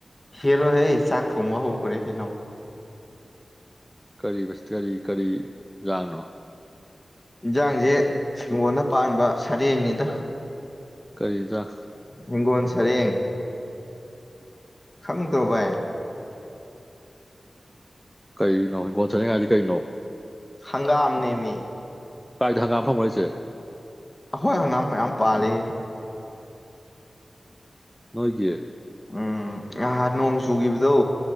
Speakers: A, on the left (about 20°); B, in the centre.
A: ꯍꯂꯣ ꯍꯦ ꯆꯥꯛ ꯊꯣꯡꯕ ꯍꯧꯈꯔꯦ ꯀꯩꯅꯣ
B: ꯀꯔꯤꯕꯥ ꯁꯇꯌ ꯀꯔꯤ ꯀꯔꯤ ꯖꯥꯡꯅꯪ
A: ꯌꯦꯟꯁꯥꯡꯁꯦ ꯍꯤꯉꯣꯟꯗ ꯄꯥꯟꯕ ꯁꯔꯦꯡꯅꯤꯗ
B: ꯀꯔꯤꯑꯦꯟꯖꯥꯡ
A: ꯍꯤꯡꯒꯣꯜ ꯁꯔꯦꯡ ꯈꯡꯗꯔꯣ ꯕꯥꯏ
B: ꯀꯩꯅꯣ ꯕꯥꯜ ꯁꯅꯥ ꯌꯥꯏ ꯍꯥꯏꯗꯤ ꯀꯩꯅꯣ
A: ꯍꯡꯒꯥꯝꯅꯦ ꯃ
B: ꯀꯥꯏꯗ ꯍꯡꯒꯥꯝ ꯍꯧꯕꯔꯥ ꯍꯥꯌꯁꯤ
A: ꯑꯩꯍꯣꯏ ꯍꯡꯒꯥꯝ ꯃꯌꯥꯝ ꯄꯥꯜꯂꯤ
B: ꯅꯣꯏꯒꯤ
A: ꯑ ꯅꯍꯥꯟ ꯅꯣꯡ ꯆꯨꯒꯤꯕꯗꯣ